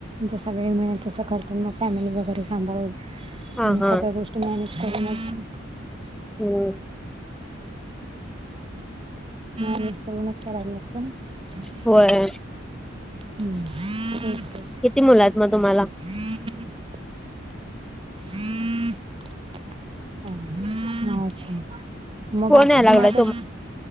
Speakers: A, on the right; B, in the centre.
A: जसा वेळ मिळेल तसं करतात मग फॅमिली वगैरे सांभाळून.
B: हा
A: हम्
B: हा
A: सगळ्या गोष्टी मॅनेज करूनच
B: हम्म
A: म करूनच कराला लागत <unintelligible>
B: होय.
A: हम्म <unintelligible>
B: किती मुल आहेत मग तुम्हाला?
A: ही <unintelligible> ह अछा <unintelligible> मग
B: फोन
A: बाकी
B: याय लागलाय
A: तुम्हाला कस <unintelligible>